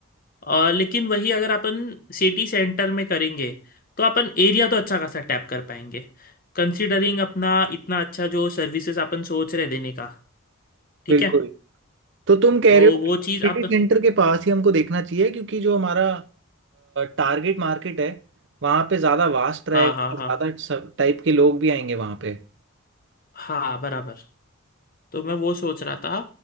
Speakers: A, on the left; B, on the right.
A: अ, लेकिन वही अगर अपन सिटी सेंटर में करेंगे तो अपन एरिया तो अच्छा खासा टैप कर पाएंगे कंसीडरिंग अपना इतना अच्छा जो सर्विसेज अपन सोच रहे देने का ठीक
B: बिल्कुल
A: है
B: तो तुम कह
A: तो
B: रहे हो
A: वो चीज़ आप
B: सिटी सेंटर के पास ही हमको देखना चाहिए क्योंकि जो हमारा टारगेट मार्केट है वहाँ पे ज़्यादा वास्ट रहेगा
A: हाँ हाँ हाँ
B: ज़्यादा सब टाइप के लोग भी आएंगे वहाँ पे
A: हाँ बराबर तो मैं वो सोच रहा था